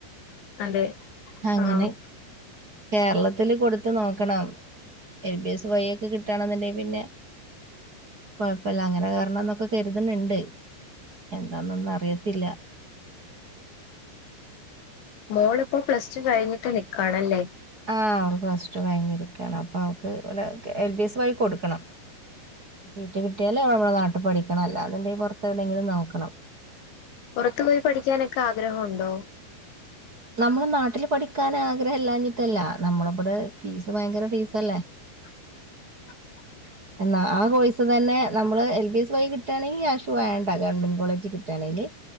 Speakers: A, on the left (about 85°); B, on the right (about 25°).
A: അതെ
B: അങ്ങനെ
A: ആഹ്
B: കേരളത്തില് കൊടുത്ത് നോക്കണം എൽ ബി എസ് വഴി ഒക്കെ കിട്ടണ് ന്നുണ്ടെങ്കിൽ പിന്നെ കുഴപ്പല്ല അങ്ങനെ കേറണം ന്നൊക്കെ കരുതുന്നുണ്ട് എന്താന്നൊന്നും അറിയത്തില്ല
A: മോള് ഇപ്പോ പ്ലസ് ടു കഴിഞ്ഞിട്ട് നിക്കാണല്ലേ
B: ആ് അവള് പ്ലസ് ടു കഴിഞ്ഞി ഇരിക്കയാണ് അപ്പൊ അവക്ക് എൽ ബി എസ് വഴി കൊടുക്കണം സീറ്റ് കിട്ടിയാൽ നമ്മുടെ നാട്ടിൽ പഠിക്കണം അല്ല ന്ന്ണ്ടെ പുറത്ത് എവിടെയെങ്കിലും നോക്കണം
A: പുറത്തു പോയി പഠിക്കാനൊക്കെ ആഗ്രഹം ഉണ്ടോ
B: നമ്മള് നാട്ടില് പഠിക്കാൻ ആഗ്രഹം ഇല്ലാഞ്ഞിട്ടല്ല നമ്മള ഇവിടെ ഫീസ് ഭയങ്കര ഫീസല്ലേ
A: <inaudible>
B: എന്നാ ആ കോഴസ് തന്ന നമ്മള് L B P S Y കിട്ടാണെങ്കിൽ ക്യാഷ് വേണ്ട ഗവൺമെന്റ് കോളേജ് കിട്ടും ട്ടാണെങ്കിൽ